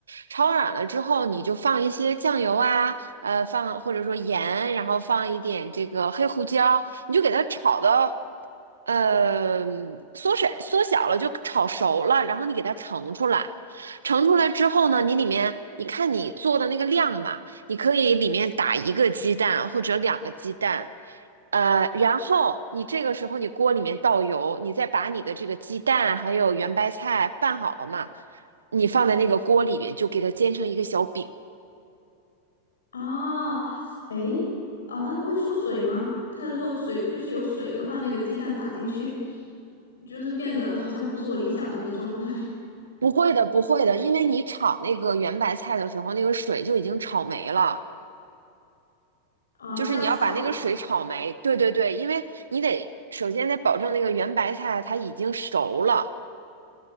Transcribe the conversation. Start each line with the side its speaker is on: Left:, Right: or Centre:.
Right: 炒软了之后，你就放一些酱油啊，呃，放或者说盐，然后放一点这个黑胡椒，你就给它炒到，呃，缩水缩小了就炒熟了，然后你给它盛出来，盛出来之后呢，你里面。你看你做的那个量嘛，你可以里面打一个鸡蛋或者两个鸡蛋，呃，然后你这个时候你锅里面倒油，你再把你的这个鸡蛋还有圆白菜拌好了嘛，你放在那个锅里面就给它煎成一个小饼。
Left: 哦，诶，哦，那不会出水吗？它如果水就是有水的话，那个鸡蛋打进去，就是变得好像不是我理想中的状态
Right: 不会的，不会的，因为你炒那个圆白菜的时候，那个水就已经炒没了，
Left: 啊，
Right: 就是你要把那个水炒没。
Left: 是要炒一下，
Right: 对对对，因为你得首先得保证那个圆白菜它已经熟了，